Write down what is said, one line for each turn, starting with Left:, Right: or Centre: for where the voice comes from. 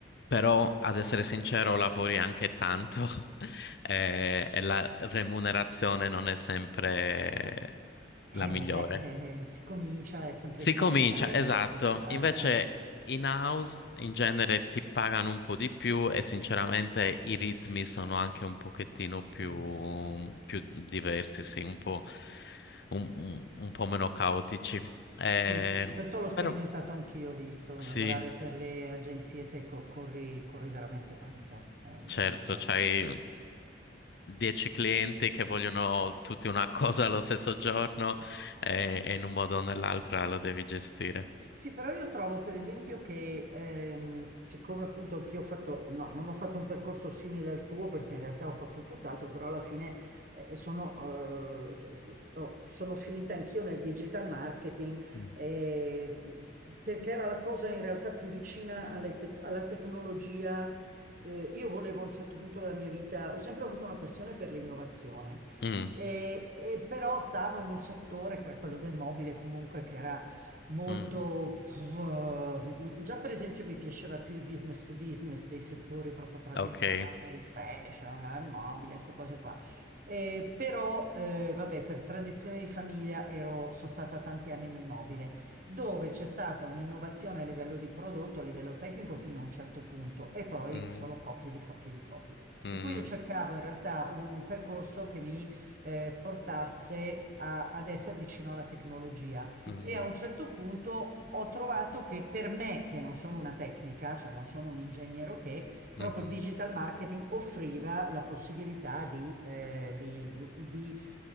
Left: Però, ad essere sincero, lavori anche tanto <laughs> e, e la remunerazione non è sempre
Right: Eh,
Left: la migliore.
Right: vabbè, eh, si comincia, è sempre
Left: Si
Right: in salita
Left: comincia,
Right: all'inizio,
Left: esatto.
Right: ti pare?
Left: Invece
Right: Eh, un
Left: in house in genere ti pagano un po' di più e sinceramente i ritmi sono anche un pochettino più,
Right: po' diversi.
Left: più diversi, sì, un po',
Right: S-
Left: un- un- un po' meno caotici. Eh,
Right: Sì, questo l'ho sperimentato
Left: però
Right: anch'io, ho visto,
Left: sì,
Right: lavorare per le agenzie, sai, co- corri, corri veramente tanto, è molto
Left: certo,
Right: diverso.
Left: c'hai.
Right: cioè.
Left: 10 clienti che vogliono tutti una <laughs> cosa allo stesso giorno e, e in un modo o nell'altro lo devi gestire.
Right: Sì, però io trovo per esempio che, ehm, siccome appunto anch'io ho fatto, no, non ho fatto un percorso simile al tuo perché in realtà ho fatto tutt'altro, però alla fine eh, sono, eh, so- so- so- sono finita anch'io nel digital marketing
Left: Mm,
Right: eh, perché era la cosa in realtà più vicina alle tec- alla tecnologia. Eh, io volevo a un certo punto della mia vita, ho sempre avuto una passione per l'innovazione.
Left: mm,
Right: E, e però stavo in un settore che era quello del mobile, comunque che era molto...
Left: mm,
Right: pff, già per esempio mi piaceva più il business to business dei settori proprio tradizionali,
Left: ok.
Right: il fashion, eh, il mobile, queste cose qua. Eh, però, eh, vabbè, per tradizione di famiglia ero, sono stata tanti anni nel mobile, dove c'è stata un'innovazione a livello di prodotto, a livello tecnico fino a un certo punto, e poi
Left: Mm,
Right: solo copie di copie di copie.
Left: mm,
Right: Per cui io cercavo in realtà un percorso che mi eh, portasse a- ad essere vicino alla tecnologia.
Left: mhm,
Right: E a un certo punto ho trovato che per me, che non sono una tecnica, cioè non sono un ingegnere che, proprio
Left: mhm.
Right: il digital marketing offriva la possibilità di, eh, di- di